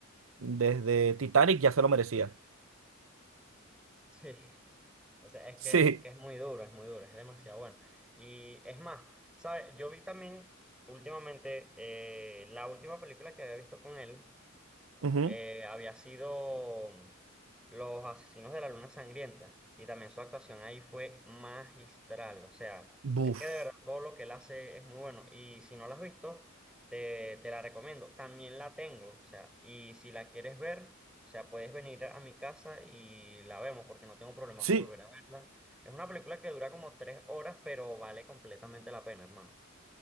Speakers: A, on the right; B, in the centre.
A: desde Titanic ya se lo merecía.
B: Sí. O sea, es
A: Sí.
B: que, es que es muy duro, es muy duro, es demasiado bueno. Y es más, ¿sabes? Yo vi también últimamente eh, la última película que había visto con él.
A: ujú.
B: eh, había sido mm, Los Asesinos de la Luna Sangrienta y también su actuación ahí fue magistral, o sea,
A: Buf.
B: es que de verdad todo lo que él hace es muy bueno y si no la has visto, te, te la recomiendo, también la tengo, o sea, y si la quieres ver, o sea, puedes venir a mi casa y la vemos porque no tengo problema
A: Sí,
B: con volver a verla. Es una película que dura como tres horas, pero vale completamente la pena, hermano.